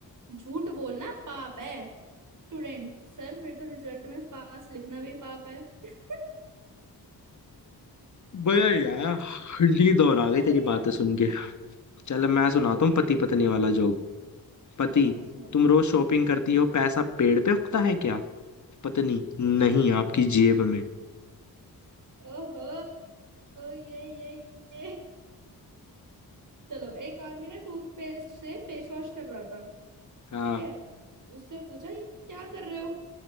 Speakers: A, on the right; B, on the left.
A: झूठ बोलना पाप है स्टूडेंट सर फिर तो रिजल्ट में पास लिखना भी पाप है <laughs>
B: भैया यार नींद और आ
A: मजा
B: गई तेरी
A: नहीं आया
B: बातें सुन के चल मैं
A: अरे
B: सुनाता
A: कोई
B: हूँ
A: नहीं
B: पति पत्नी वाला जोक पति
A: हाँ हाँ सुनो
B: तुम रोज शॉपिंग करती हो पैसा पेड़ पे उगता है क्या पत्नी नहीं आपकी जेब में
A: ओहो ये ये ये चलो एक आदमी ना टूथपेस्ट से फेस वॉश कर रहा था
B: हाँ
A: ठीक है उससे पूछा ये क्या कर रहे हो